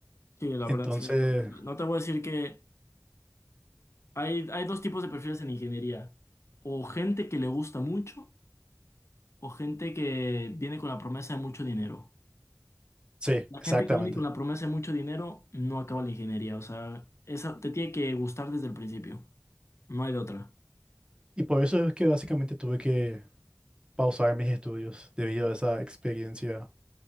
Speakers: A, on the left (about 60°); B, on the right (about 20°).
A: Sí, la
B: Entonces,
A: verdad es que no, no te voy a decir que hay, hay dos tipos de perfiles en ingeniería. O gente que le gusta mucho o gente que viene con la promesa de mucho dinero.
B: sí,
A: La
B: exactamente.
A: gente que viene con la promesa de mucho dinero no acaba la ingeniería. O sea, esa te tiene que gustar desde el principio. No hay de otra.
B: Y por eso es que básicamente tuve que pausar mis estudios debido a esa experiencia